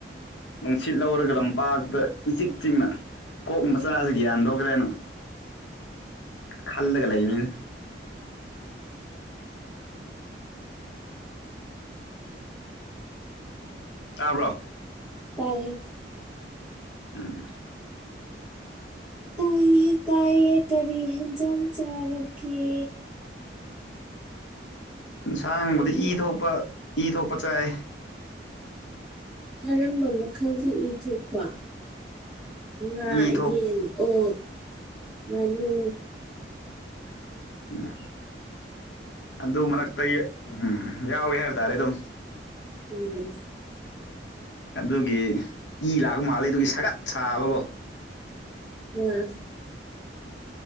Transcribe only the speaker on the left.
ꯅꯨꯡꯁꯤꯠ ꯂꯧꯔꯒ ꯂꯝꯄꯥꯛꯇ ꯏꯆꯤꯛ ꯆꯤꯡꯅ ꯀꯣꯛ ꯃꯆꯥꯁꯤ ꯌꯥꯟꯗꯣꯛꯈ꯭ꯔꯦꯅ ꯈꯜꯂꯒ ꯂꯩꯕꯅꯤꯅ ꯇꯥꯕ꯭ꯔꯣ
ꯎꯝ
ꯁꯥꯡꯕꯗ
ꯏ ꯊꯣꯛꯄ ꯏ ꯊꯣꯛꯄ ꯆꯥꯏ
ꯏ ꯊꯣꯛ
ꯎ ꯑꯗꯨ ꯃꯔꯛꯇ ꯎꯝ ꯌꯥꯎꯋꯦ ꯍꯥꯏꯕ ꯇꯥꯔꯦ ꯑꯗꯨꯝ
ꯑꯗꯨꯒꯤ ꯏ ꯂꯥꯛꯄ ꯃꯥꯂꯦ ꯑꯗꯨꯒꯤ ꯁꯥꯒꯠ ꯁꯥꯕꯀꯣ